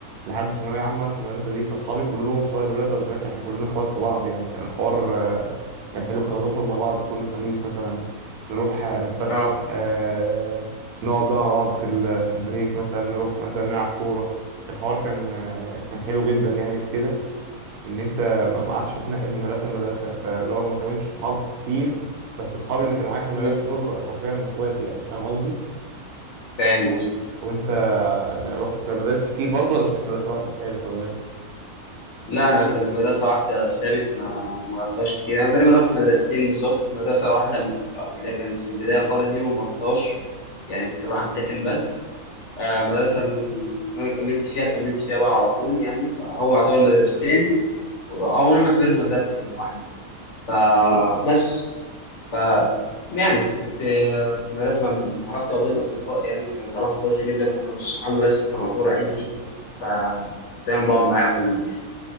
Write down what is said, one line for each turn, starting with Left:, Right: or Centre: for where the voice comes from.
Right: لحد ثانويه عامه وانا في المدرسه دي فاصحابي كلهم سواء الولاد او البنات احنا كلنا اخوات في بعض يعني كان الحوار آه، كان حلو كنا بنخرج مع بعض كل خميس مثلا نروح آه، نتفسح
Left: اه
Right: آه، نقعد بقى مع بعض في ال- في البريك مثلا نروح مثلا نلعب كوره الحوار كان آه، كان حلو جدا يعني في كده ان انت ما ما عادش تتنقل من مدرسه لمدرسه فلو ما كونتش صحاب كتير بس صحابي اللي كانوا معايا في المدرسه
Left: مم.
Right: دول حرفيا اخواتي يعني فاهم قصدي
Left: فاهم قصدك
Right: وانت يعني رحت مدارس كتير برضو ولا كنت في مدرسه واحده ثابت ولا ايه
Left: لا انا كانت مدرسه واحده ثابت ما ما رحتهاش كتير انا تقريبا رحت مدرستين بالظبط مدرسه واحده م- اللي كانت في البدايه خالص دي ما رحتهاش يعني كنت بروح امتحن بس آه المدرسه اللي انا كملت فيها كملت فيها بقى على طول يعني فهو يعتبر مدرستين او انا معتبرهم مدرسه يعني واحده فبس ف يعني كنت آه، في المدرسة مع- علاقتي ما بين أصدقاء يعني كانت علاقة كويسة جدا وما كانوش صحابي بس كانوا يعتبر عيلتي ف دايما بقعد معاهم يعني